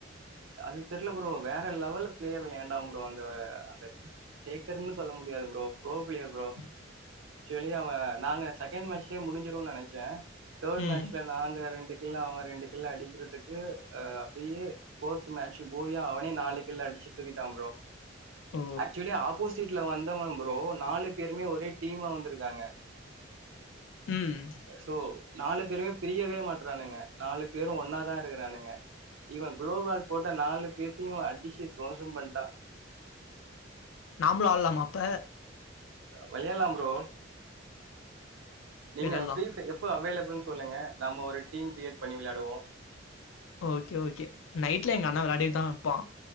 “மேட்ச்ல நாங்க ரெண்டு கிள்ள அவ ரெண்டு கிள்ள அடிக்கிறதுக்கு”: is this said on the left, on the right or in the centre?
Right